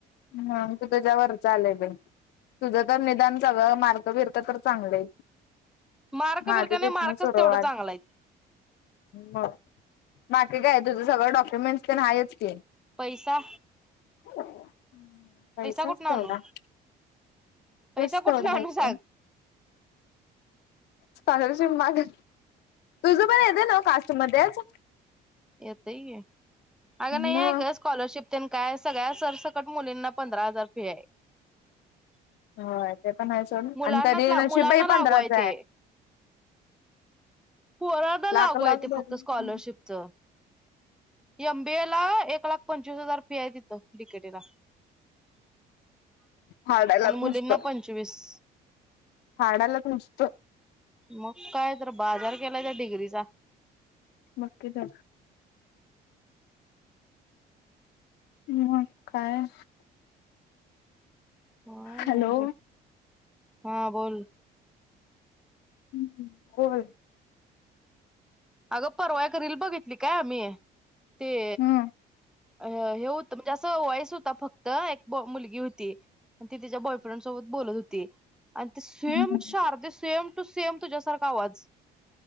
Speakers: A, on the left; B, in the centre.
A: हम तू त्याच्यावर चा आले तुझं तर निदान सगळं मार्क्स तर चांगलं
B: मारक
A: माझं
B: बिरक नाही
A: तिथन
B: मारकच
A: सुरुवात
B: तेवढं चांगलं आहे
A: मग बाकी की काय तुझं सगं डॉक्युमेंटस प नाही आहेच की
B: पैसा
A: हो पैसा
B: कुठनं
A: असतो
B: आणू
A: एवढा
B: पैसा
A: रसवढायचं
B: कुठनं आणू सांग
A: स्लर जि माग तुझं पण येतं ना कास्टू मध्येच
B: ये तय आहे अगनाही
A: मग
B: आहे का स्कॉलरशिप काय सगळ्या सरसकट मुलींना पंधरा हजार फि आहे
A: होय ते पण आहे सोड
B: मुलांना
A: आणि तरी नशीब
B: मुलांना
A: बाई
B: लागू
A: पंधराच
B: आहे ते पोरला लागू
A: लाख
B: आहे
A: लाख
B: ते
A: भरून
B: फक्त स्कॉलरशिपच एमबे ला एक लाख पंचवीस द हजार फी आहे तिथे बिकेटीला
A: हाडालाच
B: आणि मुलींना
A: नुसत
B: पंचवीस
A: हाडालाच नुसत
B: मग काय तर बाजार केलाय त्या डिग्रीचा
A: बकी तर म काय
B: हो नाही
A: हॅलो
B: क हा बोल
A: हम् ह् बोल
B: अगं परवाय करील बघितली काय आम्ही ते
A: हम्म
B: अ हे होतं म्हणजे असं वॉयस होता फक्त एक मुलगी होती ती तिच्या बॉयफ्रेंड सोबत बोलत होती आणि ते सेम
A: हम्म
B: शारदे सेम टू सेम तुझ्यासारख आवाज